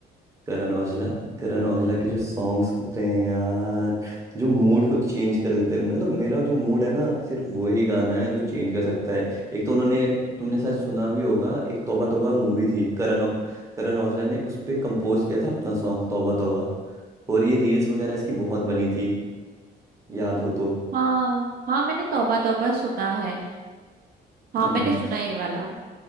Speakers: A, on the right; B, on the right.
A: करण औजला करण औजला के जो सॉन्ग्स होते हैं यार जो मूड को चेंज कर देते हैं मतलब मेरा जो मूड है ना सिर्फ वो ही गाना है जो चेंज कर सकता है एक तो उन्होंने तुमने शायद सुना भी होगा एक तौबा तौबा मूवी थी करण औ- करण औजला ने उस पे कंपोज किया था अपना सॉन्ग तौबा तौबा और ये रील्स वगैरह इसकी बहुत बनी थी याद हो तो
B: हाँ हाँ मैंने तौबा तौबा सुना है हाँ
A: हम्म
B: मैंने सुना है ये वाला